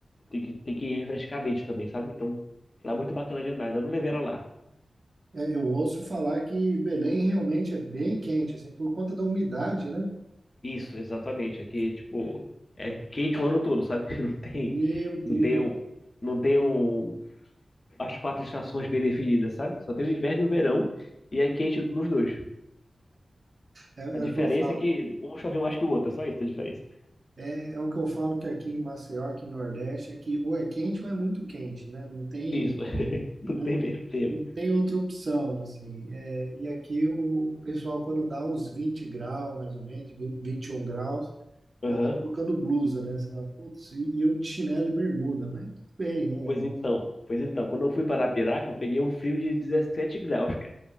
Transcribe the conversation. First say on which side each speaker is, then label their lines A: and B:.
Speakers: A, on the left; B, on the right.
A: tem que, tem que refrescar a mente também, sabe? Então lá é muito bacana de andar. Eu não levei ela lá.
B: é, eu ouço falar que Belém realmente é bem quente, assim, por conta da umidade, né?
A: Isso, exatamente. Aqui, tipo, é quente o ano todo, sabe? <laughs> Não tem,
B: Meu Deus.
A: não tem um, não tem um, as quatro estações bem definidas, sabe? Só tem o inverno e o verão, e é quente nos dois.
B: É, é
A: A diferença
B: o que eu falo,
A: é que um chove mais que o outro, é só isso a diferença.
B: é, é o que eu falo que aqui em Maceió, aqui no Nordeste, é que ou é quente ou é muito quente, né? Não tem,
A: Isso, <laughs> não
B: não,
A: tem meio termo.
B: não tem outra opção, assim. É, e aqui o pessoal, quando dá uns 20 graus, mais ou menos, vinte, vinte e um graus,
A: Aham.
B: já tá colocando blusa, né? Você fala, putz, e e eu de chinelo e bermuda, mas tudo bem, né?
A: Pois então, pois então, quando eu fui para Arapiraca, eu peguei um frio de 17 graus, cara.